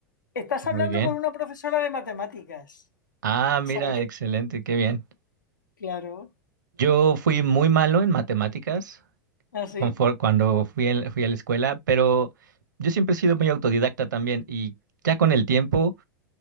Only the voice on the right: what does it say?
Muy
bien.
Ah, mira,
excelente, qué bien.
Yo fui muy malo en matemáticas
confor- cuando fui, en- fui a la escuela, pero yo siempre he sido muy autodidacta también y ya con el tiempo,